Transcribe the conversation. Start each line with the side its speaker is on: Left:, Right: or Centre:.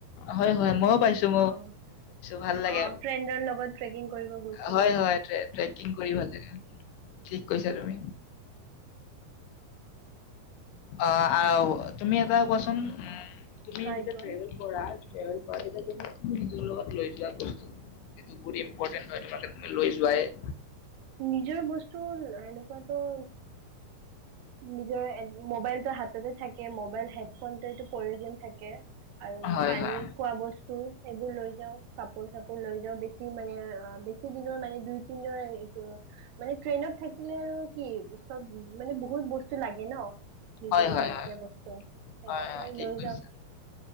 Left: হয় হয় মইও পাইছোঁ
Right: অঁ
Left: ভাল লাগে
Right: অঁ ফ্ৰেণ্ডৰ লগত ট্ৰেকিং কৰিব গৈছিলোঁ
Left: হয় হয় ট্ৰেকিং কৰি ভাল লাগে। থিক কৈছা তুমি। অ' আৰু তুমি এটা কোৱাচোন। তুমি
Right: হয়
Left: যেতিয়া
Right: কোৱা
Left: ট্ৰেভেল কৰা। ট্ৰেভেল কৰা <unintelligible> নিজৰ লগত লৈ যোৱা কোনটো যিটো বহুত ইম্পটেন হয় তোমাৰ কাৰনে লৈ যোৱাই
Right: নিজৰ বস্তু এনেকুৱাটো নিজৰ মোবাইলটো হাততে থাকে মবাইল হেডফোন টো এইটো প্ৰয়োজন থাকে। আৰু
Left: হয়
Right: পানী,
Left: হয়
Right: খোৱা বস্তু টো সেইবোৰ লৈ যাওঁ কপোৰ চাপোৰ লৈ যাওঁ, বেচি মানে আৰু বেচি দিনৰ মানে দুই তিন দিনৰ এইটো মানে ট্ৰেইনত থাকিলে আৰু কি পিছত মানে বহু বহুত বস্তু লাগে ন নিজৰ
Left: হয় হয়
Right: লাগতিয়াল
Left: হয়
Right: বস্তু, সেইকাৰণে
Left: হয় হয়
Right: আৰু
Left: ঠিক
Right: লৈ
Left: কৈছা
Right: যাওঁ